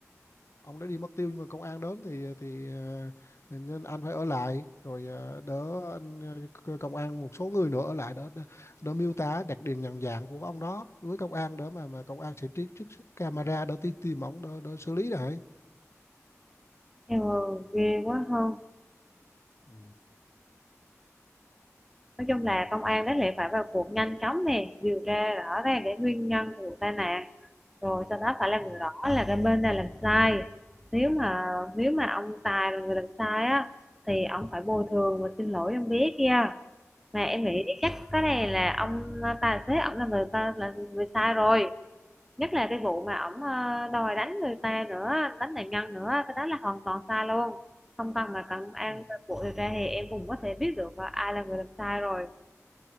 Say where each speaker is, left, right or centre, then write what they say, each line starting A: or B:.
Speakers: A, on the left; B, in the centre.
A: ông đã đi mất tiêu nhưng mà công an đến thì thì ờ, nên anh phải ở lại rồi ờ, đỡ anh, ờ, c- công an một số người nữa ở lại đỡ đỡ, đỡ miêu tả đặc điểm nhận dạng của ông đó với công an đỡ mà mà công an sẽ trích trích xuất camera đỡ tìm tìm ông đỡ, đỡ xử lý lại
B: ừ, ghê quá không
A: ừ.
B: nói chung là công an đáng lẽ phải vào cuộc nhanh chóng nè điều tra rõ ràng cái nguyên nhân của vụ tai nạn rồi sau đó phải làm
A: Ừ.
B: rõ là cái bên này làm sai nếu mà nếu mà ông Tài là người làm sai á thì ông phải bồi thường và xin lỗi ông bé kia mà em
A: Ừ.
B: nghĩ chắc cái này là ông à, tài xế ông là người ta là người sai rồi nhất là cái vụ mà ổng ờ, đòi đánh người ta nữa đánh nạn nhân nữa cái đó là hoàn toàn sai luôn không cần mà cần an
A: Ừ.
B: cuộc điều tra thì em cũng có thể biết được là ai là người làm sai rồi